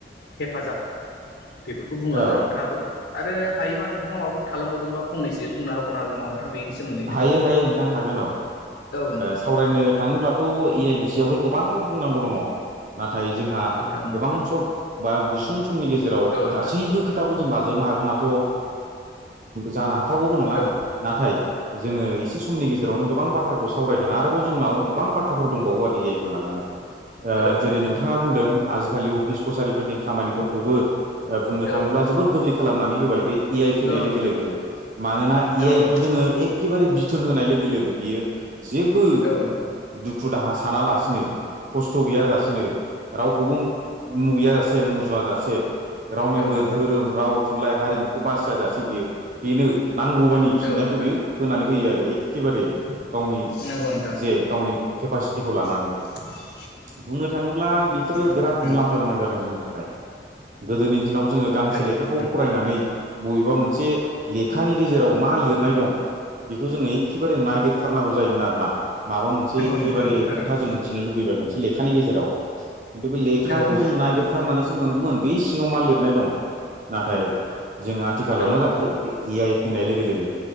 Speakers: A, on the left; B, on the right.
A: हेफाजाब बेफोरखौ बुंलांदों
B: औ
A: नोंथाङाबो आरो हायोबा नोंथाङा माबाफोर थालांबावदोंबा फंनैसो बुंना होबावनो हागोन नामा नोंथां बेनि सोमोन्दैनो
B: हायो हायो नोंथां हागोन औ
A: औ नोंथां
B: सावरायनो थाङोब्लाथ' ए आइ नि सिङावहाय गोबां बुंनांगौ दङ नाथाय जोंहा
A: नोंथां नंगौ
B: गोबां सर्ट बा गुसुं समनि गेजेराव
A: औ नोंथां
B: गासैबो खोथाखौ जों लाजोबनो हागोनाथ' जाना हाथावगौबो नङा
A: औ
B: नाथाय जोङो एसे समनि गेजेरावनो गोबां बाथ्राखौ सावरायदों आरोबाव जोंनाव गोबां बाथ्राफोर दंबावो आरो ए आइ खौ लानानै
A: औ
B: जेरै
A: नोंथां
B: नोंथाङा बुंदों आजिखालि अफिस कसारिफोरनि खामानिफोरखौबो बुंनो
A: औ
B: थाङोब्ला
A: नोंथां
B: जोबोद गोरलै खालामनानै होबाय बे ए आइ फैनाय
A: औ नोंथां औ नोंथां
B: लोगो लोगो मानोना ए
A: औ
B: आइ
A: नोंथां
B: खौ जोङो एक बिथोन होनाय लोगो लोगो बियो जेबो
A: औ नोंथां
B: दुखु दाहा सानालासिनो खस्थ' गैया जासेनो रावखौबो मुगैया जासे मुजुवा जासे रावनिबो
A: औ नोंथां
B: धोरोम राव थुनलाइ हारिमुखौ बासिया जासे बियो बेनो नांगौ बादि फिननायखौ
A: औ नोंथां
B: बियो होनानै होयो आरो एखेबारे गावनि
A: नंगौ नोंथां
B: जे गावनि केपासिटिखौ लानानै
A: <inaudible>
B: बुंनो थाङोब्ला बेफोरो
A: नोंथां
B: बिराद
A: नंगौ
B: मुलाम्फा गोनां जादों जोंनि थाखाय गोदोनि दिनाव जोङो गांसे
A: नंगौ
B: लेखाखौ फरायनानै बबेबा मोनसे लेखानि गेजेराव मा लिरनाय दं बेखौ जोङो एखेबारे नायगिरथारनांगौ जायोमोन आरोना माबा मोनसे एखेबारे
A: नोंथां नंगौ थारैनो
B: खोथा जों मिथिनो लुुबैबाय मोनसे लेखानि गेजेराव <unintelligible> लेखाखौ
A: नंगौ नोंथां
B: जों नायगिरथारनानैसो मोनगौमोन बे सिङाव मा लिरनाय दं नाथाय जोंङा आथिखालाव
A: औ
B: मा
A: नोंथां
B: जाखो बे ए आइ फैनाय लोगो लोगो